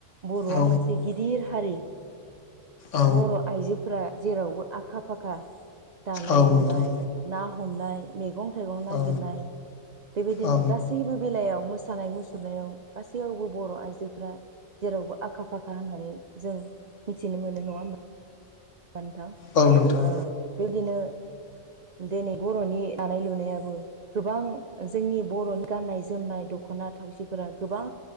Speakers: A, on the right; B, on the left.
A: बर'आ
B: औ
A: मोनसे गिदिर हारि
B: औ
A: बर' आइजो फोर्रा जेरावबो आखा फाखा दानाय
B: औ
A: लुनाय
B: नोंथां
A: ना हमनाय मेगं थाइगं नागिरनाय
B: औ
A: बेबायदिनो
B: औ
A: गासै सैबो बेलायाव मोसानाय मुसुरनायाव गासैयावबो बर' आइजोफ्रा जेरावबो आखा फाखा होननानै जों मिथिनो मोनो नङा होमब बानोथांओ
B: औ नोंथां
A: बेबदिनो दिनै बर'नि दानाय लुनायाबो गोबां जोंनि बर'नि गाननाय जोमनाय दख'ना थावसिफोरा गोबां